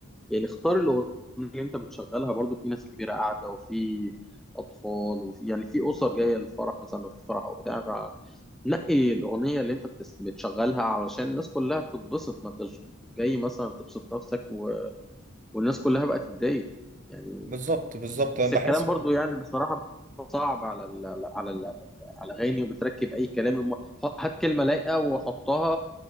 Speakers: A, in the centre; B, on the right.
A: يعني اختار الاغنيه اللي انت بتشغلها برضو في ناس كبيره قاعده وفي اطفال وفي يعني في اسر جايه للفرح مثلا لو في فرح او بتاع فنقي الاغنيه اللي انت بتس- بتشغلها علشان الناس كلها تتبسط ما انتش جاي مثلا تبسط نفسك و... والناس كلها بقى تتضايق يعني
B: بالظبط بالظبط انا
A: بس
B: بحس
A: الكلام برضو يعني بصراحة صعب على ال على ال على الاغاني وبتركب اي كلام الم... حط- هات كلمة لايقة وحطها